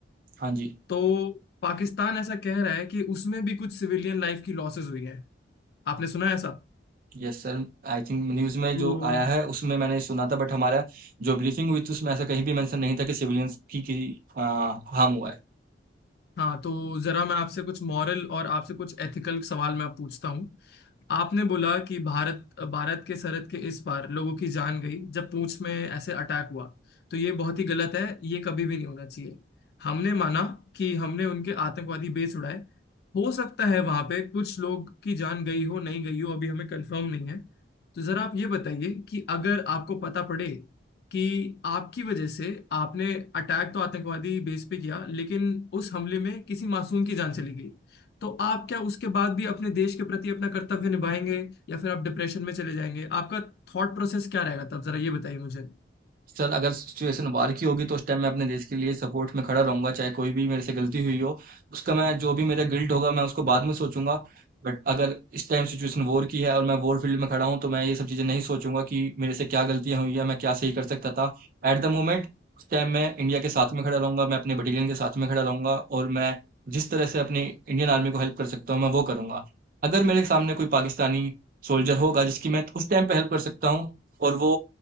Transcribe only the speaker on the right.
हाँ जी
Yes sir I think news में
जो आया है उसमें मैंने सुना था बट हमारा जो ब्रीफिंग हुई थी उसमें ऐसा कहीं भी मेंशन नहीं था कि सिविलियंस की, की आ, हार्म हुआ है
सर, अगर सिचुएशन वार की होगी तो उस टाइम मैं अपने देश के लिए सपोर्ट में खड़ा रहूँगा, चाहे कोई भी मेरे से गलती हुई हो, उसका मैं जो भी मेरा गिल्ट होगा मैं उसको बाद में सोचूँगा। बट अगर इस टाइम सिचुएशन वॉर की है और मैं वॉर फ़ील्ड में खड़ा हूँ तो मैं ये सब चीज़ें नहीं सोचूँगा कि मेरे से क्या गलतियाँ हुई हैं, मैं क्या सही कर सकता था। एट द मोमेंट उस टाइम मैं इंडिया के साथ में खड़ा रहूँगा, मैं अपने बटालियन के साथ में खड़ा रहूँगा और मैं जिस तरह से अपनी इंडियन आर्मी को हेल्प कर सकता हूँ, मैं वो करूँगा। अगर मेरे सामने कोई पाकिस्तानी सोल्जर होगा जिसकी मैं उस टाइम पे हेल्प कर सकता हूँ और वो